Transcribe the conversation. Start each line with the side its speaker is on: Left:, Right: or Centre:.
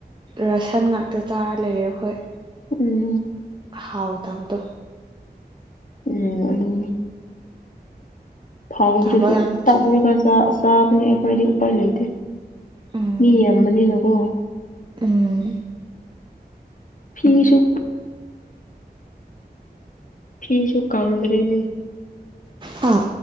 Right: ꯔꯁꯟ ꯉꯥꯛꯇ ꯆꯥꯔ ꯂꯩꯔꯦ ꯑꯩꯈꯣꯏ
Left: ꯎꯝ
Right: ꯍꯥꯎꯇꯕꯗꯣ
Left: ꯎꯝ ꯑꯗꯨꯅꯤ ꯊꯥꯎꯗ꯭ꯔꯁꯨ
Right: ꯊꯕꯛ ꯌꯥꯝ
Left: ꯇꯛꯂꯒ
Right: ꯆꯤꯟ
Left: ꯆꯥ ꯆꯥꯕꯅꯤ ꯑꯩꯈꯣꯏꯗꯤ ꯎꯄꯥꯏ ꯂꯩꯇꯦ
Right: ꯎꯝ
Left: ꯃꯤ ꯌꯥꯝꯕꯅꯤꯅꯀꯣ
Right: ꯎꯝ
Left: ꯐꯤꯁꯨ ꯐꯤꯁꯨ ꯀꯪꯗ꯭ꯔꯦꯅꯦ
Right: ꯍꯥ